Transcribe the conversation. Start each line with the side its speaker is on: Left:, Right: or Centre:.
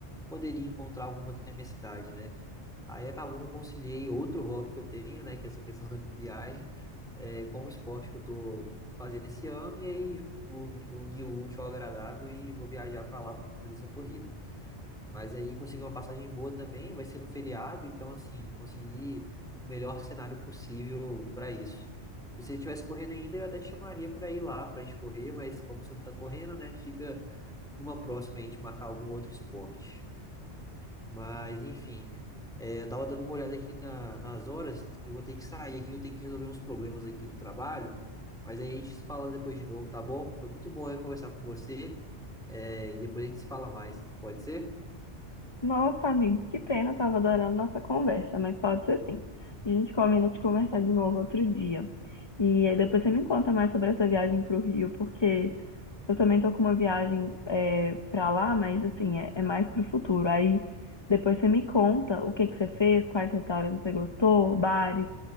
Centre: poderia encontrar alguma aqui na minha cidade, né? Aí acabou que eu conciliei outro hobby que eu tenho, né, que é essa questão <laughs> da viagem, é, com o esporte que eu tô fazendo esse ano, e aí ju- o- uni o útil ao agradável e vou viajar para lá para fazer essa corrida. Mas aí consegui uma passagem boa também, vai ser no feriado, então assim, consegui o melhor cenário possível para isso. Se você estivesse correndo ainda, eu até te chamaria para ir lá para a gente correr, mas como você não tá correndo, né, fica para uma próxima a gente marcar algum outro esporte. Mas, enfim, é, eu tava dando uma olhada aqui na- nas horas. Eu vou ter que sair aqui, eu tenho que resolver uns problemas aqui do trabalho. Mas aí a gente se fala depois de novo, tá bom? Foi muito bom eu conversar com você. é, e depois a gente se fala mais. Pode ser?
Left: Nossa, amigo, que pena, eu tava adorando nossa conversa, mas pode ser sim. A gente combina de conversar de novo outro dia. E aí depois você me conta mais sobre essa viagem pro Rio, porque eu também tô com uma viagem é, para lá, mas assim, é, é mais pro futuro. Aí depois você me conta o que que você fez, quais restaurantes você gostou, bares,